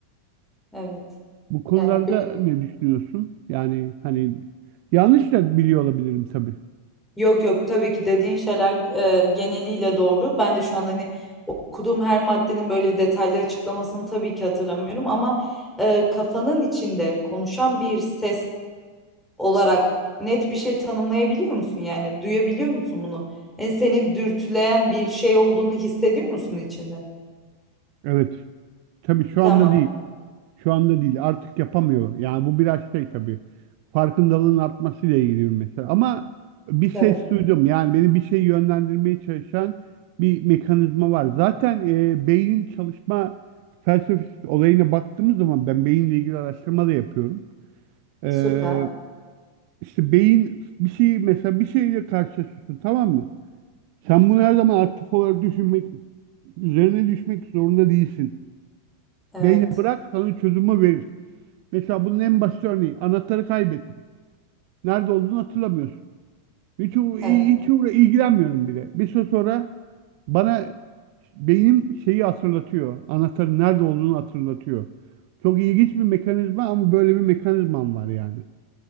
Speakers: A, in the centre; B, on the right.
A: evet.
B: Bu konularda
A: Yani benim
B: ne düşünüyorsun? Yani hani yanlış da biliyor olabilirim tabii.
A: Yok yok tabii ki dediğin şeyler e, geneliyle doğru. Ben de şu an hani okuduğum her maddenin böyle detaylı açıklamasını tabii ki hatırlamıyorum ama e, kafanın içinde konuşan bir ses olarak net bir şey tanımlayabiliyor musun? Yani duyabiliyor musun bunu? Yani seni dürtüleyen bir şey olduğunu hissediyor musun içinde?
B: Evet. Tabii şu
A: Tamam,
B: anda değil. Şu anda değil. Artık yapamıyor. Yani bu biraz şey tabii. Farkındalığın artmasıyla ilgili bir mesele. Ama bir ses
A: tabii.
B: duydum. Yani beni bir şey yönlendirmeye çalışan bir mekanizma var. Zaten e, beynin çalışma felsefesi olayına baktığımız zaman ben beyinle ilgili araştırma da yapıyorum. E,
A: süper.
B: İşte beyin bir şey mesela bir şeyle karşılaşıyorsun tamam mı? Sen bunu her zaman aktif olarak düşünmek, üzerine düşmek zorunda değilsin.
A: Evet,
B: Beyne bırak sana çözümü verir. Mesela bunun en basit örneği anahtarı kaybettin. Nerede olduğunu hatırlamıyorsun. Hiç, uğra-
A: evet.
B: hiç uğra- ilgilenmiyorum bile. Bir süre sonra bana beynim şeyi hatırlatıyor. Anahtarın nerede olduğunu hatırlatıyor. Çok ilginç bir mekanizma ama böyle bir mekanizmam var yani.